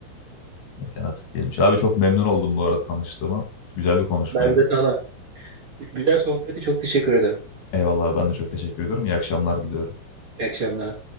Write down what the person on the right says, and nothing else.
Ben de tamam. Güzel sohbeti çok teşekkür ederim.
İyi akşamlar.